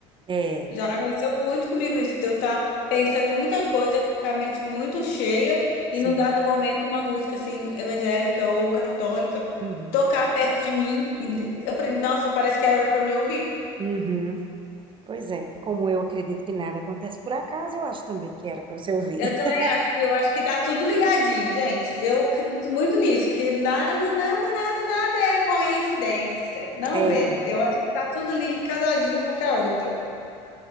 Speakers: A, on the right; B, on the left.
A: é,
B: Já aconteceu muito comigo isso, de eu estar pensando em muita coisa, com a mente muito cheia,
A: sim.
B: e num dado momento uma música assim, evangélica ou católica,
A: Uhum,
B: tocar perto de mim, e de- eu falei, nossa, parece que era para me ouvir.
A: uhum. Pois é, como eu acredito que nada acontece por acaso, eu acho também que era para você ouvir.
B: Eu também
A: <laughs>
B: acho, viu? eu acho que tá tudo ligadinho, gente. Eu acredito muito nisso, que nada, nada, nada, nada é coincidência. Não
A: É,
B: é. Eu acho que tá tudo ali casadinho uma com a outra.